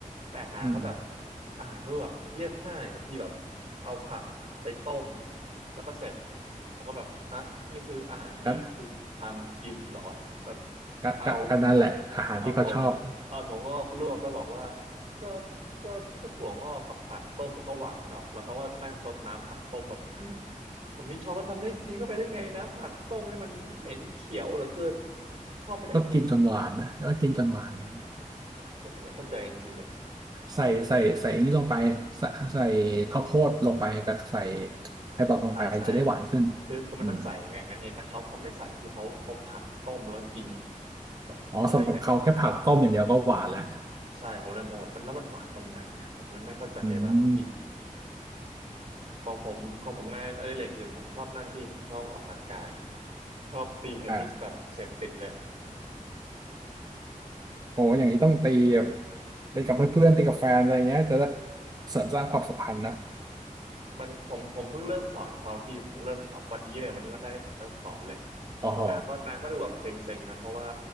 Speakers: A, on the right; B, on the right.
A: แต่อาหารเขาแบบ
B: อืมอืม
A: อาหารเขาแบบเรียบง่ายอะพี่แบบเอาผักไปต้มแล้วก็เสร็จผมก็แบบฮะนี่คืออาหารที่คุณทำกินเหรอแบบ
B: ก็ก็ก็ก็นั่นแหละอาหารที่เขาชอบ
A: เอาเอาถั่วเอาถั่วงอกลวกแล้วบอกว่า ก็ก็ก็ถั่วงอกกับผักต้มมันก็หวานออกแล้วเขาก็นั่งซดน้ำผักต้มแบบ <gasps> ผมนี่ชอบก็ทำได้กินเข้าไปได้ไงน้ำผักต้มนี่มันเหม็นเขียวเหลือเกินชอบไปได้ยังไง
B: ก็กินจนหวานนะก็กินจนหวานอันนี้
A: ผมไม่เข้าใจจริงๆเลย
B: ใส่ใส่ใส่นี่ลงไปใส่ใส่ข้าวโพดลงไปกับใส่แครอทลงไปจะได้หวานขึ้น
A: อ่าใช่ดิคือคือมันต้องใส่อย่างงั้นไงแต่เขาเขาไม่ใส่ที่เขาเขาผักต้มแล้วกิน
B: อืม
A: แบบอะไรกัน
B: อ๋อสำหรับเขาแค่ผักต้มอย่างเดียวก็หวานแล้ว
A: ใช่ผมเลยงงว่ามันแล้วมันหวานตรงไหนเนี่ยผมยังไม่เข้าใจเวลาเขากิน
B: อืม
A: ของผมของผมงานอดิเรกอื่นผมชอบนั่นพี่ผมชอบออกกำลังกายชอบตีเทนนิสแบบเสพติดเลย
B: อ่ะโอ้อย่างนี้ต้องตีแบบตีกับเพื่อนๆตีกับแฟนอะไรเงี้ยจะได้เสริมสร้างความสัมพันธ์นะ
A: มันผมผมเพิ่งเริ่มสอนเขาพี่ผมเพิ่งเริ่มสอนวันนี้เลยวันนี้วันแรกที่ผมเริ่มสอนเลย
B: โอ้โห
A: นางก็นางก็ดูแบบเซ็งๆนะเพราะว่า